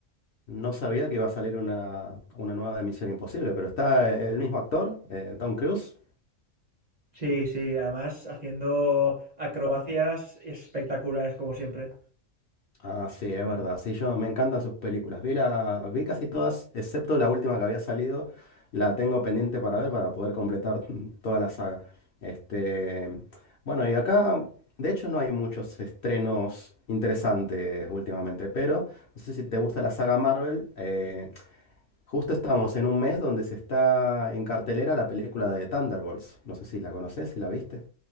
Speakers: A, on the left; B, on the right.
A: No sabía que iba a salir una, una nueva de Misión Imposible, pero está eh, el mismo actor, eh, Tom Cruise.
B: Sí, sí, además haciendo acrobacias espectaculares como siempre.
A: Ah, sí, es verdad. Sí, yo me encantan sus películas. Vi la, vi casi todas, excepto la última que había salido. La tengo pendiente para ver para poder completar <laughs> toda la saga. Este, bueno, y acá, de hecho, no hay muchos estrenos interesantes últimamente, pero no sé si te gusta la saga Marvel. eh, Justo estamos en un mes donde se está en cartelera la película de Thunderbolts. No sé si la conoces, si la viste.